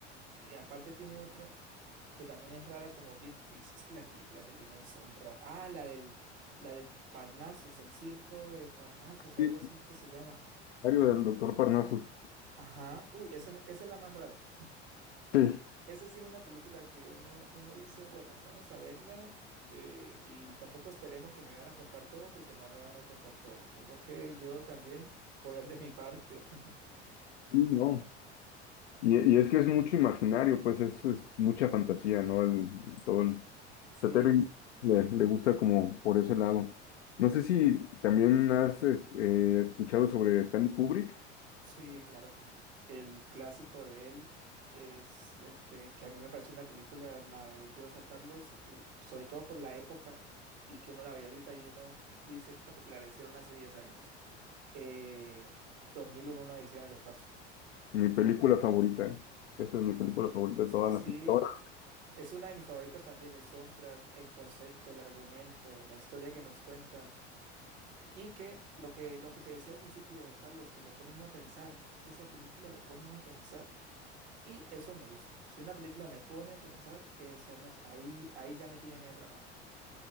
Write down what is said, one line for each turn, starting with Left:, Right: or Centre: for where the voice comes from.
Right: Y aparte tiene otra que también es rara como Big Fish. Es que las películas de Gilliam son raras. Ah, la del, la del Parnassus, el circo de Parnassus,
Left: Sí,
Right: algo así es que se llama.
Left: Diario del doctor Parnasus.
Right: Ajá, uy, esa, esa es la más rara.
Left: Sí,
Right: Esa sí es una película que uno, uno dice, bueno, vamos a verla eh, y tampoco esperemos que me van a contar todo porque no me van a contar todo. Tengo que yo también poner de mi parte. <laughs>
Left: sí, no.
Right: Ah,
Left: Y, y es que es mucho imaginario, pues es, es mucha fantasía, ¿no? El- todo el-
Right: sí,
Left: sea, Terry le, le gusta como por ese lado. No sé si también has es- eh, escuchado sobre Stanley Kubrick,
Right: sí, claro que sí. El clásico de él es el que, que a mí me parece una película maravillosa, Carlos, eh, sobre todo por la época y que uno la ve ahorita y uno dice, esta película la hicieron hace 10 años. Eh, 2001, una odisea en el espacio.
Left: mi película favorita. Esa es mi película favorita
Right: Sí,
Left: de todas las, todas las
Right: Es una de mis favoritas también, el soundtrack, el concepto, el argumento, la historia que nos cuentan. Y que lo que, lo que te decía al principio, Carlos, que lo pone uno a pensar. Es que esa película lo pone uno a pensar. Y eso me gusta. Si una película me pone a pensar, esa es la, ahí, ahí ya me tiene medio atrapado.